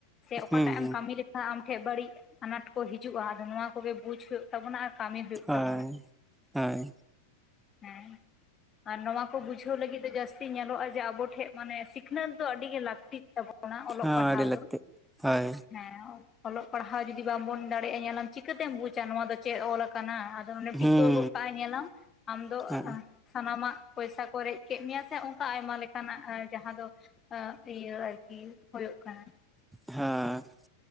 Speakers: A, on the left; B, in the centre.
A: ᱥᱮ ᱚᱠᱟᱴᱟᱜ
B: ᱦᱩᱸ
A: ᱮᱢ ᱠᱟᱹᱢᱤ ᱞᱮᱠ ᱠᱷᱟᱡ ᱟᱢᱴᱷᱮᱡ ᱵᱟᱹᱲᱤᱡ ᱟᱱᱟᱴ ᱠᱚ ᱦᱤᱡᱩᱜᱼᱟ ᱟᱫᱚ ᱱᱚᱣᱟ ᱠᱚᱜᱮ ᱵᱩᱡ ᱦᱳᱭᱳᱜ ᱛᱟᱵᱚᱱᱟ ᱟᱨ ᱠᱟᱹᱢᱤ ᱦᱩᱭᱩᱜ
B: ᱦᱚᱭ
A: ᱛᱟᱵᱚᱱᱟ
B: ᱦᱟᱹᱭ ᱾
A: ᱦᱮᱸ, ᱟᱨ ᱱᱚᱣᱟ ᱠᱚ ᱵᱩᱡᱷᱟᱹᱣ ᱞᱟᱹᱜᱤᱫ ᱫᱚ ᱡᱟᱹᱥ ᱛᱤ ᱧᱮᱞᱚᱜᱼᱟ ᱡᱮ ᱟᱵᱚᱴᱷᱮᱡ ᱢᱟᱱᱮ ᱥᱤᱠᱷᱱᱟᱹᱛ ᱫᱚ ᱟᱹᱰᱤ ᱜᱮ ᱞᱟᱹᱠᱛᱤᱜ ᱛᱟᱵᱚᱱ ᱾ ᱚᱱᱟ ᱚᱞᱚᱜ
B: ᱦᱚᱸ
A: ᱯᱟᱲᱦᱟᱣ
B: ᱟᱹᱰᱤ ᱞᱟᱹᱠᱛᱤᱜ
A: ᱫᱚ᱾
B: ᱦᱳᱭ
A: ᱦᱮᱸ ᱚᱞᱚᱜ ᱯᱟᱲᱦᱟᱣ ᱡᱩᱫᱤ ᱵᱟᱝᱵᱚᱱ ᱫᱟᱲᱮᱭᱟᱜᱼᱟ ᱧᱮᱞᱟᱢ ᱪᱤᱠᱟᱹᱛᱮᱢ ᱵᱩᱡᱟ ᱱᱚᱣᱟ ᱫᱚ ᱪᱮᱫ ᱚᱞ ᱟᱠᱟᱱᱟ? ᱟᱫᱚ ᱚᱱᱮᱢ ᱴᱤᱯᱟᱹᱣ
B: ᱦᱩᱸ
A: ᱜᱚᱜ ᱠᱟᱜᱼᱟ ᱧᱮᱞᱟᱢ ᱟᱢᱫᱚ
B: ᱦᱳᱭ
A: ᱥᱟᱱᱟᱢᱟᱜ ᱯᱚᱭᱥᱟ ᱠᱚ ᱨᱮᱡ ᱠᱮᱜ ᱢᱮᱭᱟ ᱥᱮ ᱦᱚᱜᱼᱚᱝᱠᱟ ᱟᱭᱢᱟ ᱞᱮᱠᱟᱱᱟᱜ ᱡᱟᱦᱟᱸ ᱫᱚ ᱟᱹ ᱤᱭᱟᱹ ᱟᱨᱠᱤ ᱦᱳᱭᱳᱜ ᱠᱟᱱᱟ ᱾
B: ᱦᱮᱸ ᱾